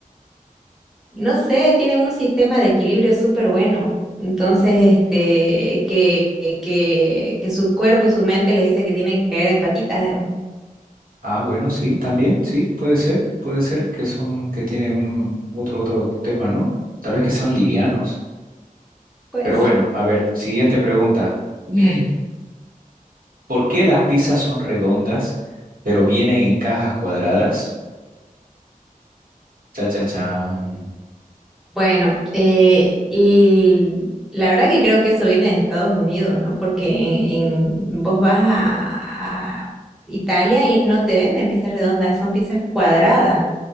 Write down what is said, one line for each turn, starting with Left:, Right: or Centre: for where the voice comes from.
Centre: No sé, tienen un sistema de equilibrio súper bueno. Entonces, este, que, que, que su cuerpo y su mente les dice que tienen que caer en patitas, digamos.
Right: Ah, bueno, sí, también, sí, puede ser, puede ser que son, que tienen un otro, otro tema, ¿no? Tal vez que sean livianos.
Centre: Puede
Right: Pero
Centre: ser.
Right: bueno, a ver, siguiente pregunta. Mm. ¿Por qué las pizzas son redondas, pero vienen en cajas cuadradas? Cha, cha, chan.
Centre: Bueno, eh, y la verdad que creo que eso viene de Estados Unidos, ¿no? Porque en, en- vos vas a, a Italia y no te venden pizzas redondas, son pizzas cuadradas.